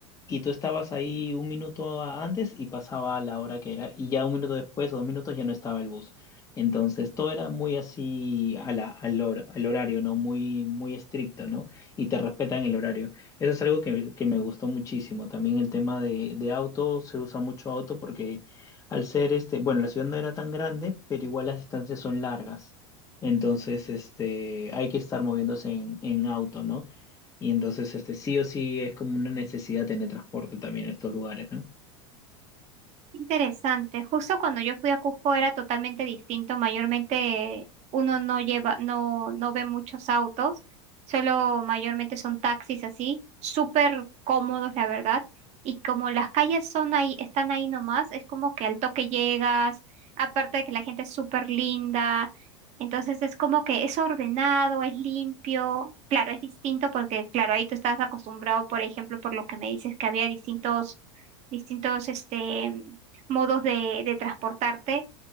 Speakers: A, on the left; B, on the right.
A: y tú estabas ahí un minuto a- antes y pasaba a la hora que era, y ya un minuto después o dos minutos ya no estaba el bus. Entonces todo era muy así a la, al, hor- al horario, ¿no? Muy, muy estricto, ¿no? Y te respetan el horario. Eso es algo que, me- que me gustó muchísimo. También el tema de, de auto, se usa mucho auto porque al ser este, bueno, la ciudad no era tan grande, pero igual las distancias son largas. Entonces, este, hay que estar moviéndose en, en auto, ¿no? Y entonces, este, sí o sí es como una necesidad tener transporte también en estos lugares, ¿no?
B: Interesante. Justo cuando yo fui a Cusco era totalmente distinto. Mayormente uno no lleva, no, no ve muchos autos, solo mayormente son taxis así, súper cómodos, la verdad. Y como las calles son ahí, están ahí nomás, es como que al toque llegas, aparte de que la gente es súper linda. Entonces es como que es ordenado, es limpio. Claro, es distinto porque, claro, ahí tú estás acostumbrado, por ejemplo, por lo que me dices, que había distintos, distintos, este modos de, de transportarte,